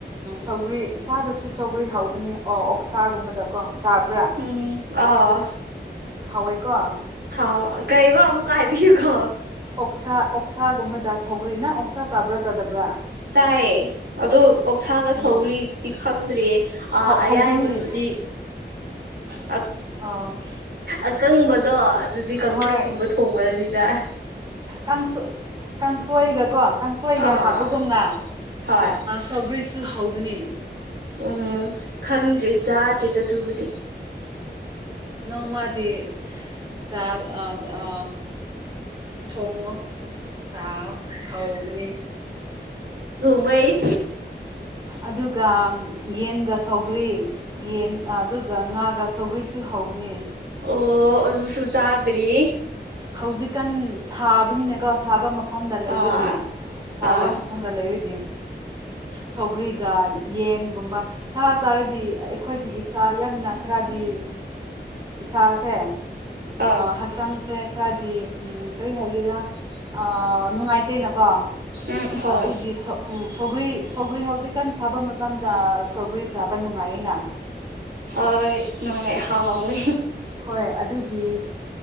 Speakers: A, on the right (about 25°); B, on the right (about 65°).
A: ꯁꯧꯒ꯭ꯔꯤ ꯁꯥꯥꯗꯁꯨ ꯁꯧꯒ꯭ꯔꯤ ꯍꯥꯎ ꯑꯗꯨꯅꯤ ꯑꯣ ꯑꯣꯛꯁꯥꯒꯨꯝꯕꯗꯀꯣ ꯆꯥꯕ꯭ꯔꯥ
B: ꯎꯝ ꯑꯥ
A: ꯍꯥꯎꯦꯀꯣ
B: ꯍꯥꯎ ꯀꯩꯕ ꯑꯃꯛ ꯀꯥꯏꯕꯤ ꯀ
A: ꯑꯣꯛꯁꯥ ꯑꯣꯛꯁꯥꯒꯨꯝꯕꯗ ꯁꯧꯒ꯭ꯔꯤꯅ ꯑꯣꯛꯁꯥ ꯆꯥꯕ꯭ꯔꯥ ꯆꯥꯗꯕ꯭ꯔꯥ
B: ꯆꯥꯏꯌꯦ ꯑꯗꯣ ꯑꯣꯁꯥꯒ
A: ꯎꯝ
B: ꯁꯧꯔꯤꯗꯤ ꯈꯪꯗ꯭ꯔꯦ ꯑꯌꯥꯏꯕꯗꯨꯗꯤ
A: ꯍꯧꯕꯅꯤ
B: ꯑ
A: ꯑꯥ
B: ꯑꯀꯪꯕꯗꯣ ꯑꯗꯨꯗꯤ ꯀꯥꯡꯁꯣꯏꯒꯨꯝꯕ
A: ꯍꯣꯏ
B: ꯊꯣꯡꯕꯗꯗꯤꯖꯥꯏ
A: ꯀꯥꯡ ꯀꯥꯡꯁꯣꯏꯒ ꯀꯣ ꯀꯥꯡꯁꯣꯏꯒ
B: ꯑꯥ
A: ꯍꯥꯞꯄꯒꯨꯝꯅ
B: ꯍꯣꯏ
A: ꯁꯒꯔꯤꯁꯨ ꯍꯒꯅꯤ
B: ꯎꯝ ꯈꯪꯗ꯭ꯔꯦ ꯆꯥꯗ꯭ꯔꯦꯗ ꯑꯗꯨꯕꯨꯗꯤ
A: ꯅꯪ ꯃꯥꯗꯤ ꯆꯥꯜ ꯑ ꯑ ꯊꯣꯡꯉꯨ ꯆꯥꯎꯥꯛ ꯍꯧꯕꯅꯤ
B: ꯃꯣꯏ
A: ꯑꯗꯨꯒ ꯌꯦꯟꯒ ꯁꯧꯒꯔꯤ ꯌꯦꯟ ꯑꯗꯨꯒ ꯉꯥꯒ ꯁꯧꯒ꯭ꯔꯤꯁꯨ ꯍꯧꯕꯅꯦ
B: ꯑꯣ ꯑꯗꯨꯁꯨ ꯆꯥꯗ꯭ꯔꯤ
A: ꯍꯧꯖꯤꯛꯀꯥꯟ ꯁꯥꯕꯅꯤꯅꯀꯣ ꯁꯥꯕ ꯃꯐꯝꯗ ꯂꯩꯔꯗꯤ
B: ꯍꯣꯏ
A: ꯁꯥꯕ
B: ꯍꯣꯏ
A: ꯃꯐꯝꯗ ꯂꯩꯔꯤꯗꯤ ꯁꯧꯒ꯭ꯔꯤꯒ ꯌꯦꯟꯒꯨꯝꯕ ꯁꯥ ꯆꯥꯔꯗꯤ ꯑꯩꯈꯣꯏꯒꯤ ꯏꯁꯥ ꯌꯥꯝꯅ ꯈꯔꯗꯤ ꯏꯁꯥꯁꯦ
B: ꯍꯣꯏ
A: ꯍꯛꯆꯥꯡꯁꯦ ꯈꯔꯗꯤ ꯀꯔꯤ ꯍꯥꯏꯒꯦꯔꯥ ꯅꯨꯡꯉꯥꯏꯇꯦꯅꯀꯣ
B: ꯎꯝ ꯍꯣꯏ
A: ꯑꯗꯨꯒꯤ ꯁꯧꯒ꯭ꯔꯤ ꯁꯧꯒ꯭ꯔꯤ ꯍꯧꯖꯤꯛꯀꯥꯟ ꯁꯥꯕ ꯃꯇꯝ ꯃꯝꯗ ꯁꯧꯒ꯭ꯔꯤ ꯆꯥꯕ ꯅꯨꯡꯉꯥꯏꯅ
B: ꯍꯣꯏ ꯅꯅꯨꯡꯥꯏ ꯍꯣꯏ
A: ꯍꯣꯏ ꯑꯗꯨꯒꯤ